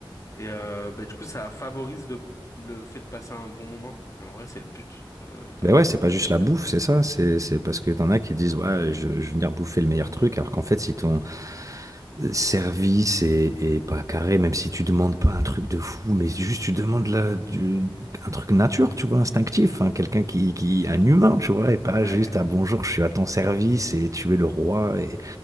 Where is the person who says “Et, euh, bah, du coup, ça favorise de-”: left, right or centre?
Left